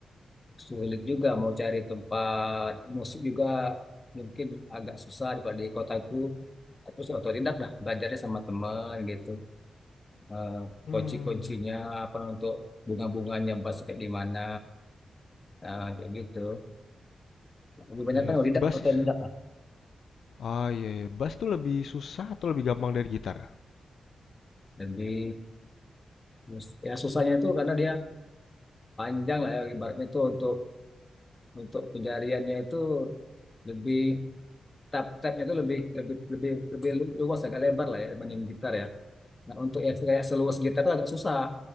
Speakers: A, on the left (about 30°); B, on the left (about 75°).
A: sulit juga mau cari tempat musik juga mungkin agak susah di di kotaku terus otodidak dah belajarnya sama teman gitu eh,
B: Mmm.
A: kunci-kuncinya apa untuk bunga-bunganya pasti kayak gimana nah, kayak gitu lebih banyak
B: Iya,
A: kan otodidak
B: bass
A: otodidak
B: is-
A: lah
B: ah iya iya, bass tuh lebih susah atau lebih gampang dari gitar?
A: jadi mus- ya susahnya itu karena dia panjang lah ya ibaratnya itu untuk untuk pencariannya itu lebih tab-tabnya itu lebih lebih lebih lebih luas agak lebar lah ya dibanding gitar ya nah untuk yang kayak seluas gitar itu agak susah